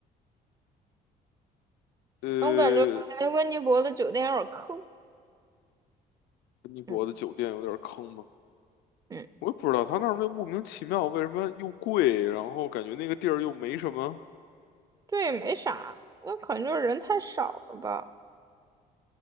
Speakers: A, on the left; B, on the right.
A: 呃，
B: 我感觉温尼伯的酒店有点坑。
A: 温尼伯的酒店有点坑吗？
B: 嗯。嗯，
A: 我也不知道他那儿为莫名其妙为什么又贵，然后感觉那个地儿又没什么
B: 对，没啥，那可能就是人太少了吧。